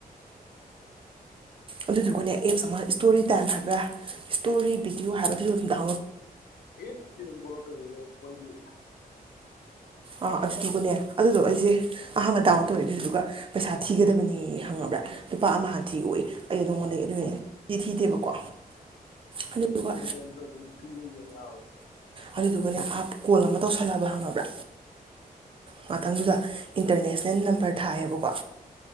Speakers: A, on the right; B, on the left.
A: ꯑꯗꯨꯗꯨꯒꯅꯦ ꯑꯦꯞꯁ ꯑꯃ ꯁ꯭ꯇꯣꯔꯤ ꯇꯥꯏꯝ ꯍꯥꯏꯕ꯭ꯔꯥ ꯁ꯭ꯇꯣꯔꯤ ꯚꯤꯗꯤꯑꯣ ꯍꯥꯏꯕ ꯑꯗꯨ <unintelligible>
B: ꯑꯦꯞꯁꯇꯤ ꯗꯨꯝ ꯊꯣꯛꯂꯛꯀꯅꯤꯌꯦ ꯃꯣꯏꯗꯤ
A: ꯑꯥ ꯑꯗꯨꯗꯨꯒꯅꯦ ꯑꯗꯨꯗꯣ ꯑꯩꯁꯦ ꯑꯍꯥꯟꯕ ꯗꯥꯎꯟꯂꯣꯠ ꯇꯧꯔꯦ ꯑꯗꯨꯗꯨꯒ ꯄꯩꯁꯥ ꯊꯤꯒꯗꯕꯅꯦ ꯌꯦ ꯍꯪꯉꯕ꯭ꯔꯥ ꯂꯨꯄꯥ ꯑꯃ ꯍꯥꯟ ꯊꯤꯑꯣꯏ ꯑꯩ ꯅꯉꯣꯟꯗꯗꯒꯤ ꯑꯗꯨꯑꯣꯏ ꯊꯤ ꯊꯤꯗꯦꯕꯀꯣ ꯑꯗꯨꯗꯨꯒ
B: ꯊꯤꯔꯨꯅꯨ ꯀꯦꯝꯇ ꯑꯗꯨꯝ ꯐ꯭ꯔꯤꯗ ꯌꯦꯡ ꯌꯥꯕꯅꯦ
A: ꯑꯗꯨꯗꯨꯒꯅꯦ ꯀꯣꯜ ꯑꯃ ꯇꯧꯁꯜꯂꯑꯕ ꯈꯪꯉꯕ꯭ꯔꯥ ꯉꯇꯪꯗꯨꯗ ꯏꯟꯇꯔꯅꯦꯁꯅꯦꯜ ꯅꯝꯕꯔ ꯊꯥꯏꯌꯦꯕꯀꯣ